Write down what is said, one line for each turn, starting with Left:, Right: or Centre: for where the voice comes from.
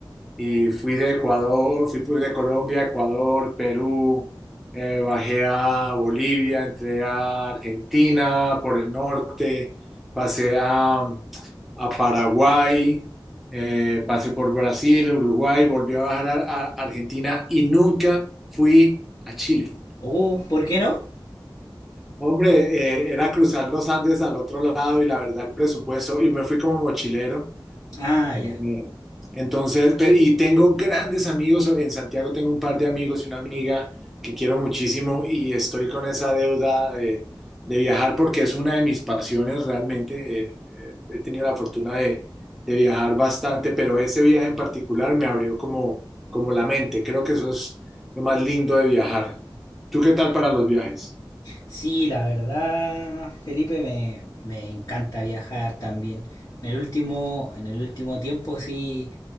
Centre: Y fui de Ecuador, fui pues de Colombia, Ecuador, Perú, eh, bajé a Bolivia, entré a Argentina por el norte, pasé a, a Paraguay, eh, pasé por Brasil, Uruguay, volví a bajar a, a Argentina y nunca fui a Chile.
Left: Oh, ¿por qué no?
Centre: Hombre, eh, era cruzar los Andes al otro lado y la verdad el presupuesto, y me fui como mochilero.
Left: Ah,
Centre: Eh,
Left: ya.
Centre: entonces, pe- y tengo grandes amigos, en Santiago tengo un par de amigos y una amiga que quiero muchísimo y estoy con esa deuda eh, de viajar porque es una de mis pasiones realmente. Eh, eh, he tenido la fortuna de, de viajar bastante, pero ese viaje en particular me abrió como, como la mente. Creo que eso es lo más lindo de viajar. ¿Tú qué tal para los viajes?
Left: Sí, la verdad, Felipe, me, me encanta viajar también. En el último, en el último tiempo sí,